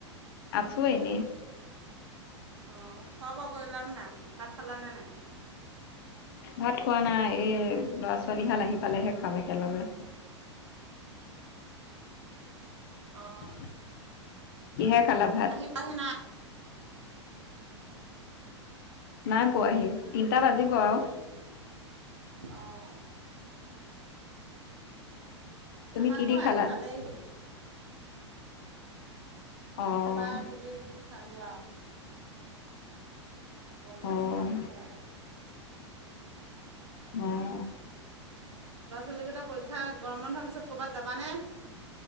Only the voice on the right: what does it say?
অ'খোৱা-বোৱা কৰিলা নে নাই? ভাত খালা নে নাই?
অঁ
আহি পাহি নাই
অঁ।
আমাৰ
আকৌ
আহি পালেইহি।
কিবা কিবি খালো আৰু। বনোৱাছিলে
সেয়াই।
ল'ৰা-ছোৱালীকেইটা পৰীক্ষা গৰম বন্ধোৱাৰ পিছত কৰ'ৰবাত যাবানে?